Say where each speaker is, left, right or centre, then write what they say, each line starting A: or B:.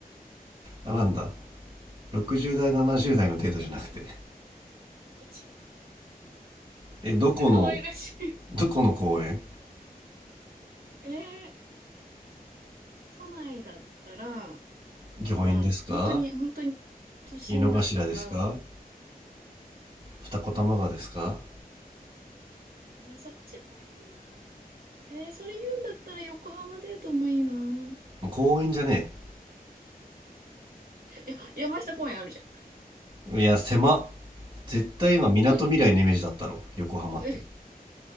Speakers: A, on the right; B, on the right.
A: あなんだ60代70代のデートじゃなくて
B: うちょっ
A: えどこの
B: と可愛らしい。
A: どこの公園
B: えー都内だったら、うん、
A: 御苑ですか
B: 本当に、本当に、都心だったら、
A: 井の頭ですか二子玉川ですか
B: 紫もいいなえー、それ言うんだったら横浜デートもいいな。
A: もう公園じゃね
B: いや、山下公園あるじ
A: えいや狭っ絶対今港未来のイメージだったろ横浜って
B: ゃん。<laughs>